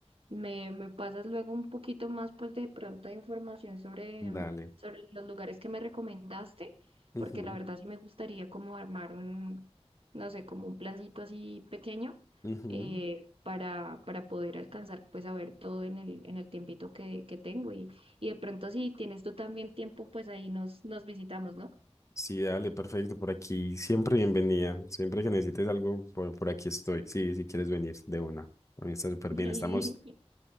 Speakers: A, on the right; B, on the left.
A: Me, me pasas luego un poquito más, pues de pronto información sobre,
B: Dale.
A: mm, sobre los lugares que me recomendaste,
B: Ujú,
A: porque la verdad sí me gustaría como armar un, no sé, como un plancito así pequeño,
B: ujú.
A: eh, para, para poder alcanzar, pues a ver todo en el, en el tiempito que, que tengo. Y, y de pronto si tienes tú también tiempo, pues ahí nos, nos visitamos, ¿no?
B: Sí, dale, perfecto. Por aquí siempre bienvenida. Siempre que necesites algo, por, por aquí estoy. Sí, si quieres venir de una. A mí está súper
A: <laughs>
B: bien.
A: Dale.
B: Estamos,